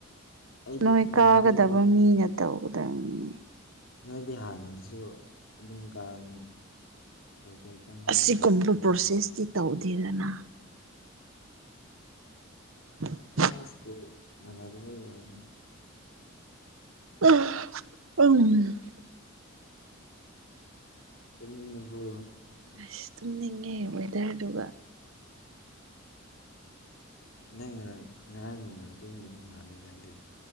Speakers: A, on the left (about 80°); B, on the right (about 75°).
A: ꯑꯩꯗꯤ
B: ꯅꯣꯏ
A: ꯎꯝ
B: ꯀꯥꯒꯗꯕ
A: ꯅꯣꯏꯗꯤ
B: ꯃꯤꯅ ꯇꯧꯒꯗꯕꯅꯤꯅꯦ
A: ꯅꯣꯏꯗꯤ ꯍꯥꯟꯅꯗꯁꯨ ꯑꯗꯨꯝ ꯒꯥꯡ ꯀꯩꯀꯩ ꯆꯪꯕꯅꯣ
B: ꯑꯁꯤꯒꯨꯝꯕ
A: ꯑꯗꯨꯁꯨ ꯈꯪꯉꯤꯅ
B: ꯄ꯭ꯔꯣꯁꯦꯁꯇꯤ ꯇꯧꯗꯦꯗꯅ <inaudible>
A: ꯑꯩꯅ ꯁ꯭ꯀꯨꯜ ꯃꯅꯥꯗꯕꯩ ꯑꯣꯢꯔꯝꯅꯤ
B: <unintelligible>
A: ꯇꯨꯝꯅꯤꯡꯉꯕꯣ
B: ꯑꯁ ꯇꯨꯝꯅꯤꯡꯉꯦ ꯋꯦꯗꯔꯗꯨꯒ
A: ꯅꯪ ꯉꯔꯥꯡ ꯉꯔꯥꯡ ꯅꯨꯡꯗꯥꯡ ꯇꯨꯝꯗꯨꯕ ꯃꯥꯜꯂꯦꯔꯥ ꯑꯗꯨꯗꯤ